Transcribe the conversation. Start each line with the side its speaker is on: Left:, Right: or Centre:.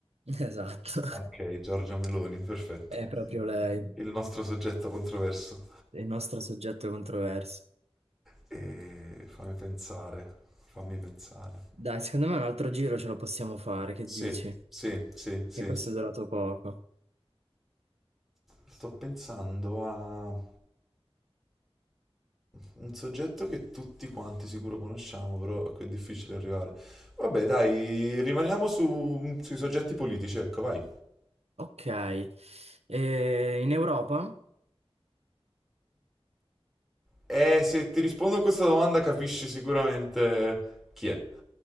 Right: <laughs> Esatto.
Centre: Ok, Giorgia Meloni, perfetto.
Right: È proprio lei,
Centre: Il nostro soggetto controverso.
Right: il nostro soggetto controverso.
Centre: E fammi pensare, fammi pensare.
Right: Dai, secondo me un altro giro ce lo possiamo fare, che
Centre: Sì,
Right: dici?
Centre: sì, sì, sì.
Right: Che questo è durato poco.
Centre: Sto pensando a mm, un soggetto che tutti quanti sicuro conosciamo, però a cui è difficile arrivare. Vabbè, dai, rimaniamo su- mm, sui soggetti politici, ecco, vai.
Right: Ok. E in Europa?
Centre: E se ti rispondo a questa domanda capisci sicuramente chi è.